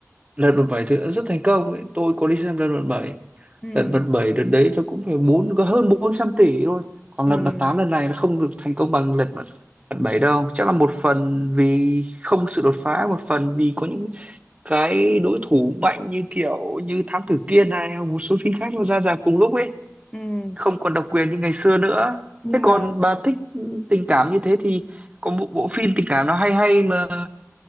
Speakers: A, on the right; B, on the left.
A: lật mặt bảy thứ đã rất thành công ấy. tôi có đi xem lật mặt bảy
B: Ừm,
A: lật mặt bảy đợt đấy nó cũng phải bốn có hơn 400 tỷ thôi còn
B: ừm,
A: lật mặt tám lần này nó không được thành công bằng lật mặt mặt bảy đâu chắc là một phần vì không sự đột phá một phần vì có những cái đối thủ mạnh như kiểu như Thám Tử Kiên này hoặc một số phim khác nó ra rạp cùng lúc ấy
B: ừm.
A: không còn độc quyền như ngày xưa nữa
B: nhưng
A: thế
B: mà
A: còn bà thích tình cảm như thế thì có một bộ phim tình cảm nó hay hay mà